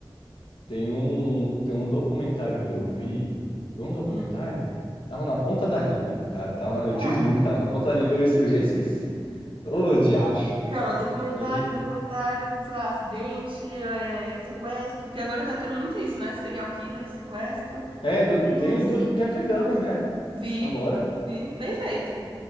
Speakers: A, on the left; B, on the right.
A: Tem um, tem um documentário que eu vi. Foi um documentário?
B: Hum.
A: Tava na ponta da língua, cara. Tava, eu
B: Ah,
A: te juro, tava na ponta da língua, eu, eu já esqueci. Ô, diacho.
B: calma, documentário,
A: Mas, hein?
B: documentário, sei lá, acidente, é, sequestro, porque agora tá tendo muito isso, né? Serial killer, sequestro,
A: É, do-
B: crimes.
A: tem o do Jeffrey Dahmer, né?
B: Vi,
A: Agora.
B: vi, bem feito.